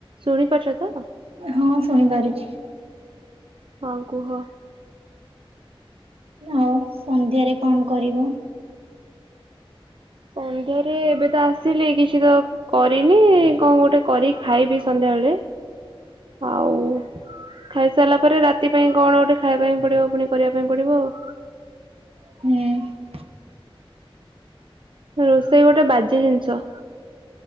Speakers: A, on the right (about 60°); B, on the right (about 80°).
A: ଶୁଣି ପାରୁଛ ତ?
B: ହଁ ଶୁଣିପାରୁଛି।
A: ଆଉ କୁହ?
B: ଆଉ ସନ୍ଧ୍ୟାରେ କଣ କରିବ?
A: ସନ୍ଧ୍ୟାରେ ଏବେ ତ ଆସିଲି କିଛି ତ କରିନି କଣ ଗୋଟେ କରି ଖାଇବି ସନ୍ଧ୍ୟାବେଳେ। ଆଉ ଖାଇସାରିଲା ପରେ ରାତି ପାଇଁ କଣ ଗୋଟେ ଖାଇବା ପାଇଁ ପଡିବ ପୁଣି କରିବା ପାଇଁ ପଡିବ ଆଉ।
B: ହୁଁ।
A: ରୋଷେଇ ଗୋଟେ ବାଜ୍ୟ ଜିନିଷ।